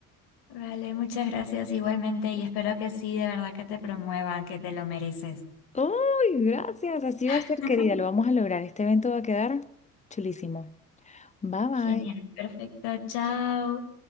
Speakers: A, on the left; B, on the left.
A: Vale, muchas gracias igualmente y espero que sí, de verdad que te promuevan, que te lo mereces.
B: ¡Ay, gracias! Así va a
A: <laughs>
B: ser, querida. Lo vamos a lograr. Este evento va a quedar chulísimo. Bye, bye.
A: Genial, perfecto, chao.